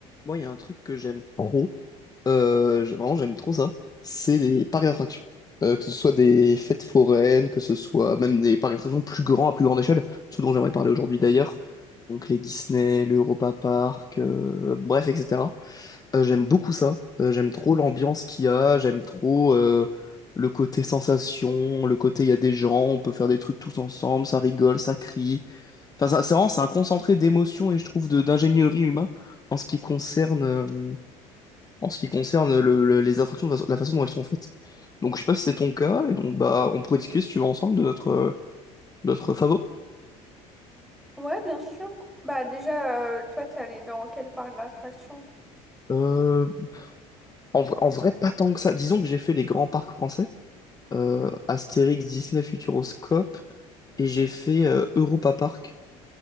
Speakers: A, on the left; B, in the centre.
A: Moi, il y a un truc que j'aime trop, euh, j'ai- vraiment j'aime trop ça, c'est les parcs d'attractions. Euh, que ce soit des fêtes foraines, que ce soit même des parcs d'attractions plus grands, à plus grande échelle, ce dont j'aimerais parler aujourd'hui d'ailleurs, donc les Disney, l'Europa Park, euh, bref, etc. Euh, j'aime beaucoup ça, Euh, j'aime trop l'ambiance qu'il y a, j'aime trop euh, le côté sensation, le côté il y a des gens, on peut faire des trucs tous ensemble, ça rigole, ça crie. Enfin, ça- c'est vraiment, c'est un concentré d'émotions et je trouve de d'ingénierie humain en ce qui concerne... euh, en ce qui concerne le- le- les attractions, de la la façon dont elles sont faites. Donc je sais pas si c'est ton cas, et donc bah on pourrait discuter si tu veux ensemble de notre, euh, notre favori.
B: Ouais, bien sûr. Bah déjà, euh, toi, t'es allée dans quel parc d'attractions?
A: Euh, en, vrai, en vrai, pas tant que ça. Disons que j'ai fait les grands parcs français, euh, Astérix, Disney, Futuroscope, et j'ai fait euh, Europa Park.